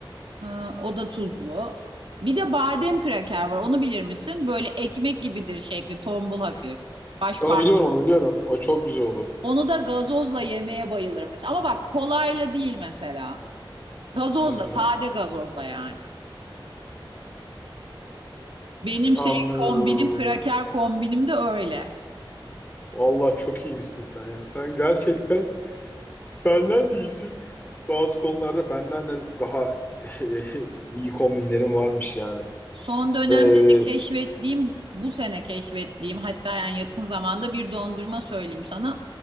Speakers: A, on the right; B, on the left.
A: e, o da tuzlu. Bir de badem kraker var onu bilir misin? Böyle ekmek gibidir şekli tombul hafif. Baş
B: Onu biliyorum, onu biliyorum. O çok güzel olur.
A: Onu da gazozla yemeye bayılırım mesela. Ama bak kolayla değil mesela. Gazozla,
B: Hı hı.
A: sade gazozla yani. Benim
B: Anlıyorum.
A: şey kombinim, kraker kombinim de öyle.
B: Vallahi çok iyiymişsin sen ya. Sen gerçekten benden de iyisin. Bazı konularda benden de daha <laughs> iyi kombinlerin varmış yani.
A: Son dönemde
B: Ee,
A: de keşfettiğim, bu sene keşfettiğim hatta yani yakın zamanda bir dondurma söyleyeyim sana.